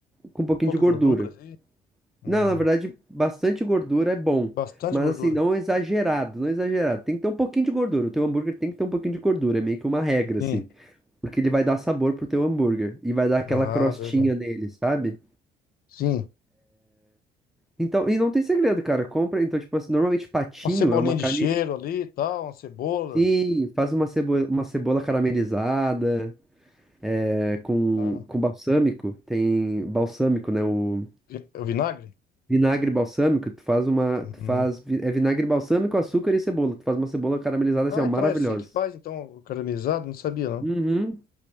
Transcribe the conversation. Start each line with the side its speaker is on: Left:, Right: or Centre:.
Centre: com um pouquinho
Left: Pouca
Centre: de gordura.
Left: gordura, sim. Hum,
Centre: Não, na verdade, bastante gordura é bom.
Left: bastante
Centre: Mas
Left: gordura.
Centre: assim, não exagerado, não exagerado. Tem que ter um pouquinho de gordura. O teu hambúrguer tem que ter um pouquinho de gordura. É meio que uma regra,
Left: Sim.
Centre: assim. Porque ele vai dar sabor pro teu hambúrguer. E vai dar aquela
Left: Ah,
Centre: crostinha
Left: verdade.
Centre: nele, sabe?
Left: Sim.
Centre: Então, e não tem segredo, cara. Compra. Então, tipo assim, normalmente patinho
Left: Uma cebolinha
Centre: é uma
Left: de
Centre: carne.
Left: cheiro ali e tal, uma cebola.
Centre: Sim, faz uma cebola, uma cebola caramelizada, é, com,
Left: Ah,
Centre: com balsâmico, tem balsâmico, né? O
Left: vi- é o vinagre?
Centre: vinagre balsâmico, tu faz uma,
Left: Uhum.
Centre: tu faz, vi- é vinagre balsâmico, açúcar e cebola, tu faz uma cebola caramelizada
Left: Ah,
Centre: assim, ó, maravilhosa.
Left: então é assim que faz, então, o caramelizado? Não sabia, não.
Centre: Uhum.